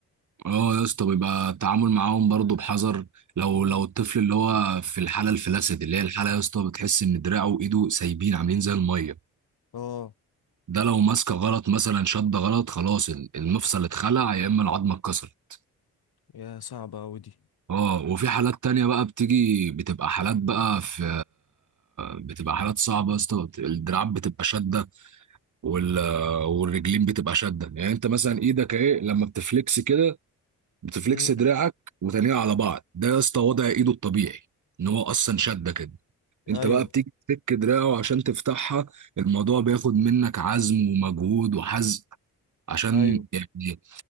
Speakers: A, on the right; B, on the left.
A: اه يا اسطى بيبقى التعامل معاهم برضه بحذر لو
B: مهم.
A: لو الطفل اللي هو في الحاله الفلاسد اللي هي الحاله يا اسطى بتحس ان دراعه وايده سايبين عاملين زي الميه
B: اه
A: ده لو ماسكه غلط مثلا شد غلط خلاص المفصل اتخلع يا اما العظمه اتكسرت
B: يا صعبة اوي دي
A: اه وفي حالات تانية بقى بتيجي بتبقى حالات بقى في بتبقى حالات صعبة يا اسطى بت- الدراعات بتبقى شادة وال... والرجلين بتبقى شادة يعني انت مثلا ايدك اهي لما بتفلكس كده بتفلكس
B: مم.
A: دراعك وتانية على بعض ده يا اسطى وضع ايده الطبيعي ان هو اصلا شادة كده انت
B: ايوه
A: بقى بتيجي تفك دراعه عشان تفتحها الموضوع بياخد منك عزم ومجهود وحزق عشان
B: ايوه
A: يعني